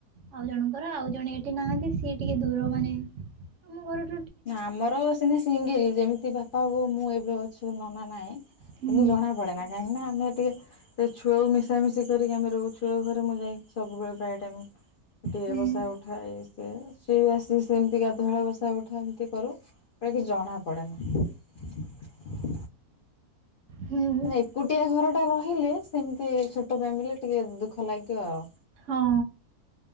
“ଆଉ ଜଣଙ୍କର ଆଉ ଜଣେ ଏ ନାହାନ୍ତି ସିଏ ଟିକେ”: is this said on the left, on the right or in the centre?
Right